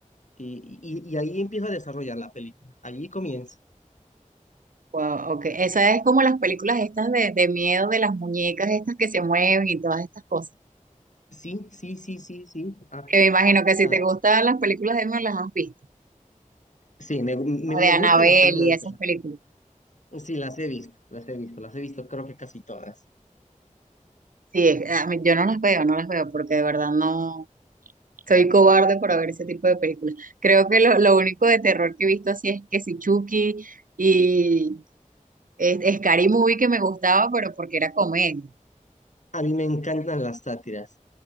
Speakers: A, on the left; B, on the right.
A: y, y, y ahí empieza a desarrollar la película, allí comienza.
B: Wow, ok. Esa es como las películas estas de, de miedo de las muñecas estas que se mueven y todas estas cosas.
A: Sí, sí, sí, sí, sí. Ah,
B: Que me imagino que si
A: ah,
B: te gustan las películas de miedo las has visto.
A: sí, me, me,
B: O
A: me
B: de Annabelle
A: gustan las películas
B: y
A: de
B: esas
A: terror.
B: películas.
A: Sí, las he visto, las he visto, las he visto, creo que casi todas.
B: Sí, es- a mí- yo no las veo, no las veo porque de verdad no soy cobarde para ver ese tipo de películas. Creo que lo, lo único de terror que he visto así es que si Chucky y es, Scary Movie que me gustaba, pero porque era comedia.
A: A mí me encantan las sátiras.